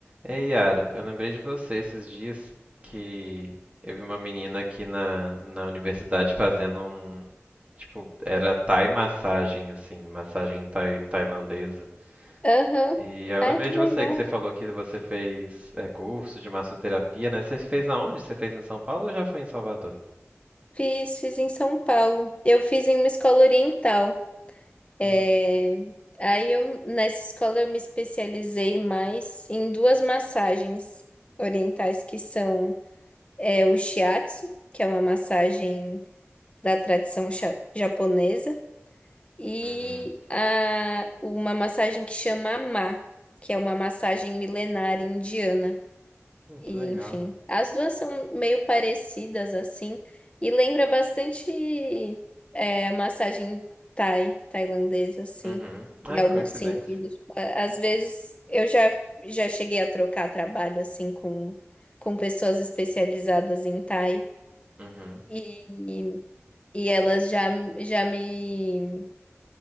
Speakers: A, on the right; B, on the left.
A: Ei, Yara, eu lembrei de você esses dias que eu vi uma menina aqui na, na universidade fazendo um, tipo, era Thai massagem, assim, massagem thai- tailandesa.
B: Aham.
A: E aí eu
B: Ai,
A: lembrei
B: que
A: de
B: legal.
A: você que você falou que você fez é, curso de massoterapia, né? Você fez aonde? Você fez em São Paulo ou já foi em Salvador?
B: Fiz, fiz em São Paulo. Eu fiz em uma escola oriental. É,
A: Hum,
B: Aí eu, nessa escola eu me especializei mais em duas massagens orientais que são é, o shiatsu, que é uma massagem da tradição cha- japonesa, e
A: uhum.
B: a, uma massagem que chama Ma, que é uma massagem milenar indiana.
A: Hum,
B: E,
A: Que legal.
B: enfim, as duas são meio parecidas assim e lembra bastante é, a massagem thai, tailandesa assim,
A: Uhum. Ai,
B: em alguns
A: coincidência.
B: sentidos. Tipo, a- Às vezes eu já já cheguei a trocar trabalho assim com com pessoas especializadas em thai
A: Uhum.
B: e e elas já já me